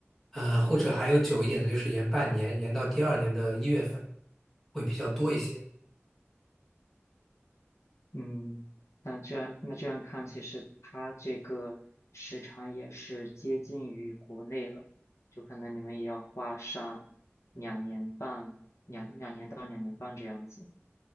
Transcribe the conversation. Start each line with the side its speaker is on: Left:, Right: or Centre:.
Centre: 呃，或者还有久一点的，就是延半年，延到第二年的一月份会比较多一些。
Left: 嗯，那这样那这样看，其实它这个时长也是接近于国内了，就可能你们也要花上两年半，两两年到两年半这样子。